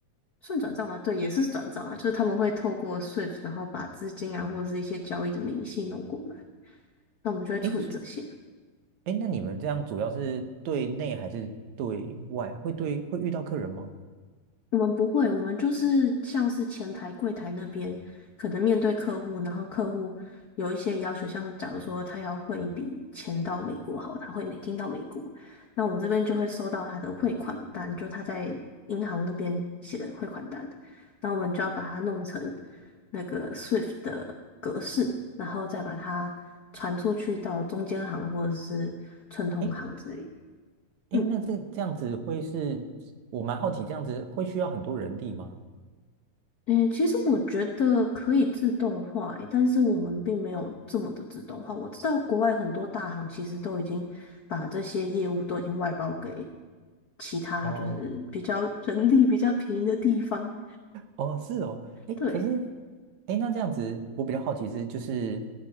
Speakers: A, on the left; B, on the right.
A: 算转账吗？对，也是转账啊，就是他们会透过 Swift，然后把资金啊或者是一些交易的明细弄过来，那我们就会处理这些。
B: 诶，是诶，那你们这样主要是对内还是对外？会对会遇到客人吗？
A: 我们不会，我们就是像是前台、柜台那边，可能面对客户，然后客户有一些要求，像是假如说他要汇一笔钱到美国，好，他会每金到美国，那我们这边就会收到他的汇款单，就他在银行那边写的汇款单，那我们就要把它弄成那个 SWIFT 的格式，然后再把它传出去到中间行或者是串通行之类的。
B: 诶诶，
A: 嗯
B: 那这这样子会是，我蛮好奇，这样子会需要很多人力吗？
A: 嗯，其实我觉得可以自动化诶，但是我们并没有这么的自动化。我知道国外很多大行其实都已经把这些业务都已经外包给其他就是比较
B: 哦，
A: <laughs> 人力比较便宜的地方。
B: 哦，是哦，诶，
A: 对，
B: 可是，诶，那这样子我比较好奇是，就是